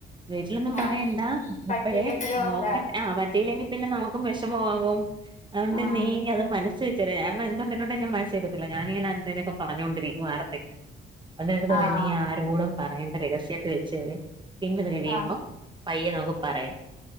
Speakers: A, on the right (about 25°); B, on the left (about 40°).
A: വീച്ചി ലൊന്നും
B: ആഹ്
A: പറയണ്ടാ
B: പറ്റിയില്ലെങ്കിലോ
A: ഇപ്പഴേ നോക്കടെ
B: അല്ലേ
A: ആഹ് പറ്റിയില്ലെങ്കി പിന്നെ നമുക്കും വഷമാകും അതൊണ്ട്
B: ആഹ്
A: നീ അത് മന ച്ചച്ചാൽ നമ്മ എന്തുണ്ടലുണ്ടങ്കിലും മനസ്സി വെക്കത്തില്ല ഞാനിങ്ങനെ എന്തെലൊക്കേ പറണ്ടോകോണ്ടിരിക്കും ആർത്തെങ്കിലും എ
B: ആഹ്
A: നീ ആരോടും പറയേണ്ട രഹസ്യട്ട വെച്ചര് പിന്ന ഇത് കഴിയുമ്പോ
B: ആഹ്
A: പയ്യെ നമുക്ക് പറയാം